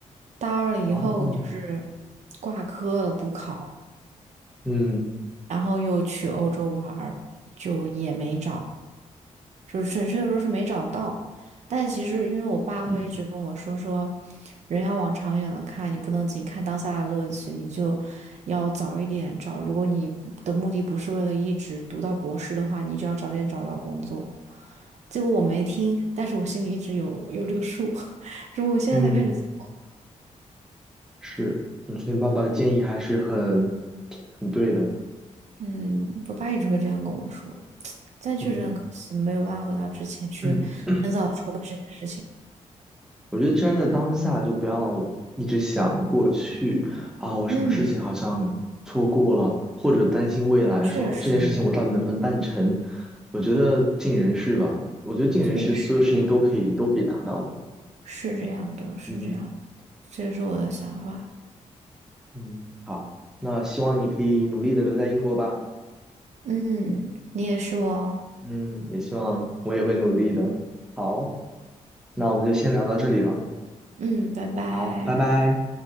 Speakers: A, on the right; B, in the centre.
A: 大二了以后就是
B: 哦，
A: 挂科了，补考，
B: 嗯
A: 然后又去欧洲玩儿，就也没找。就是准确的说是没找到，但其实因为我爸会一直跟我说说，
B: 嗯
A: 人要往长远了看，你不能仅看当下的乐趣，你就要早一点找。如果你的目的不是为了一直读到博士的话，你就要早点找到工作。结果我没听，但是我心里一直有有这个数，<laughs> 只不过我现在才开始做。
B: 嗯，是，我觉得爸爸的建议还是很很对的。
A: 嗯，我爸一直会这样跟我说，但确实很可惜，
B: 嗯
A: 没有办法回到之前去很早地筹备这件事情。
B: <clears throat> 嗯，我觉得站在当下就不要一直想过去啊，我什么事情好像错过了，
A: 嗯，
B: 或者担心未来，
A: 确实，
B: 说这件事情我到底能不能办成？我觉得尽人事吧，我觉得尽人事，
A: 确实。
B: 所有事情都可以都可以达到的。
A: 是这样的，是这样的，
B: 嗯
A: 这也是我的想法。
B: 嗯，好，那希望你可以努力的留在英国吧。
A: 嗯，你也是哦。
B: 嗯，也希望我也会努力的。好，那我们就先聊到这里了。
A: 嗯，拜拜。
B: 好，拜拜。